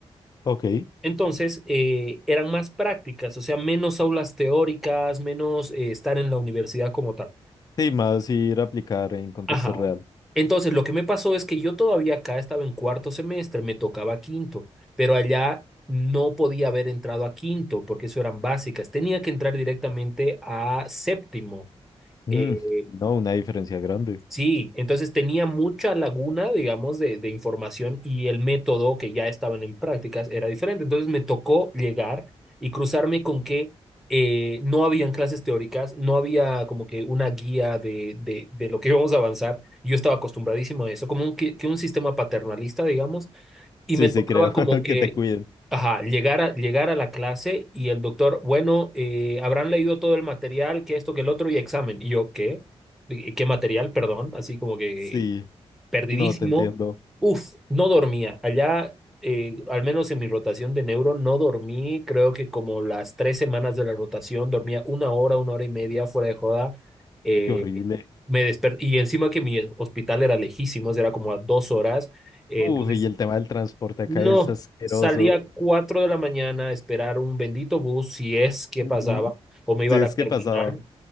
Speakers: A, on the left (about 35°); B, in the centre.
A: ok.
B: Entonces, eh, eran más prácticas, o sea, menos aulas teóricas, menos eh, estar en la universidad como tal.
A: Sí, más ir a aplicar en contexto
B: Ajá.
A: real.
B: Entonces, lo que me pasó es que yo todavía acá estaba en cuarto semestre, me tocaba quinto, pero allá no podía haber entrado a quinto porque eso eran básicas. Tenía que entrar directamente a séptimo.
A: Mm,
B: eh,
A: no, una diferencia grande.
B: Sí, entonces tenía mucha laguna, digamos, de, de información y el método que ya estaban en prácticas era diferente. Entonces me tocó llegar y cruzarme con que eh, no habían clases teóricas, no había como que una guía de, de, de lo que <laughs> íbamos a avanzar. Yo estaba acostumbradísimo a eso, como un, que, que un sistema paternalista, digamos, y
A: Sí,
B: me tocaba
A: sí, creo
B: como
A: <laughs>
B: que
A: que te cuiden.
B: Ajá, llegar a, llegar a la clase y el doctor, bueno, eh, habrán leído todo el material, que esto, que el otro, y examen. Y yo, ¿qué? Eh, ¿Qué material? Perdón, así como que
A: Sí,
B: perdidísimo.
A: no, te entiendo.
B: Uf, no dormía. Allá, eh, al menos en mi rotación de neuro, no dormí. Creo que como las tres semanas de la rotación, dormía una hora, una hora y media fuera de joda. Eh,
A: Qué horrible.
B: me desper- y encima que mi hospital era lejísimo, era como a dos horas. Eh,
A: Uf,
B: entonces
A: y el tema del transporte acá
B: no,
A: es asqueroso.
B: salía 4 de la mañana a esperar un bendito bus, si es que
A: Ujú.
B: pasaba, o me iba
A: Sí,
B: a
A: es
B: la terminal.
A: que pasaba.